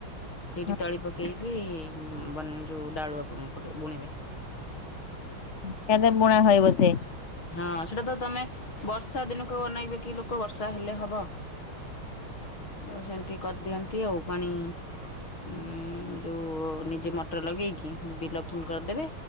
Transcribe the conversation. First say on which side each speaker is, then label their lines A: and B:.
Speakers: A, on the left; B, on the left.
A: ହେଇଠି
B: ହଁ।
A: ତଳି ପକେଇକି ବନ୍ ଯୋଉ ଡାଳୁଅ ପ ପକେଇ ବୁଣିବେ।
B: ହେ ଆତେ ବୁଣା ହଏ ବୋଧେ।
A: ହଁ ସେଟା ତ ତମେ ବର୍ଷା ଦିନକୁ ଆଉ ଅନାଇବେ କି ଲୋକ ବର୍ଷା ହେଲେ ହବ। ଆଉ ସେମିତି କରିଦିଅନ୍ତି ଆଉ ପାଣି ଉଁ ଯୋଉ ନିଜେ ମଟର ଲଗେଇକି ବିଲ ଫୁଲ୍ କରିଦେବେ